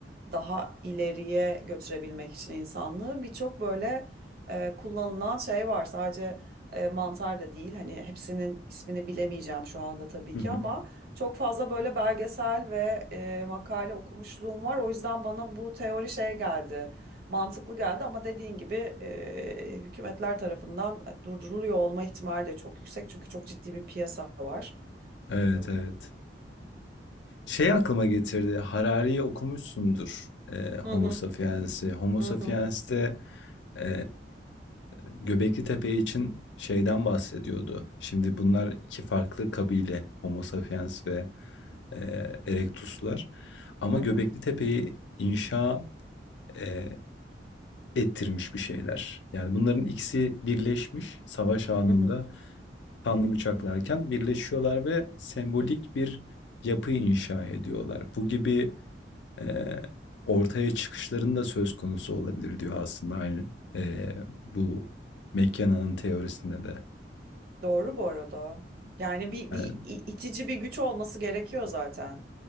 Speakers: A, on the right; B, on the left.
A: daha ileriye götürebilmek için insanlığı birçok böyle e, kullanılan şey var. Sadece e, mantar da değil. Hani hepsinin ismini bilemeyeceğim şu anda tabii
B: Hı
A: ki
B: hı.
A: ama çok fazla böyle belgesel ve e, makale okumuşluğum var. O yüzden bana bu teori şey geldi, mantıklı geldi ama dediğin gibi e, hükümetler tarafından durduruluyor olma ihtimali de çok yüksek. Çünkü çok ciddi bir piyasa var.
B: Evet,
A: Ee,
B: evet. Şey aklıma getirdi. Harari'yi okumuşsundur. E, Homo
A: Hı hı,
B: Sapiens'i. Homo
A: hı
B: Sapiens'te
A: hı,
B: e, Göbekli Tepe için şeyden bahsediyordu. Şimdi bunlar iki farklı kabile. Homo Sapiens ve e, Erectus'lar. Ama
A: hı hı,
B: Göbekli Tepe'yi inşa e, ettirmiş bir şeyler. Yani bunların ikisi birleşmiş savaş anında
A: hı hı.
B: kanlı bıçaklarken birleşiyorlar ve sembolik bir yapı inşa ediyorlar. Bu gibi eee, ortaya çıkışlarında söz konusu olabilir diyor aslında aynı eee, bu McKenna'nın teorisinde de.
A: Doğru bu arada. Yani bir,
B: Yani,
A: bir i- itici bir güç olması gerekiyor zaten.